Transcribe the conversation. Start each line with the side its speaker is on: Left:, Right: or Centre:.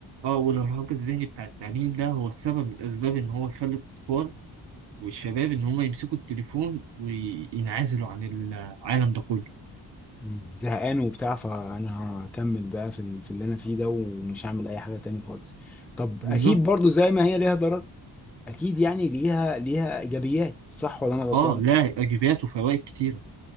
Right: اه والإرهاق الذهني بتاع التعليم ده هو السبب من الأسباب إن هو يخلي الأطفال والشباب ان هم يمسكوا التليفون وينعزلوا عن العالم ده كله
Centre: مم. زهقان وبتاع فأنا هكمل بقى في ال- في اللي أنا فيه ده ومش هعمل أي حاجة تاني خالص طب
Right: بالظبط
Centre: أكيد برضو زي ما هي ليها ضرر أكيد يعني ليها ليها إيجابيات صح ولا أنا غلطان؟
Right: اه لا ايجابيات وفوائد كتيره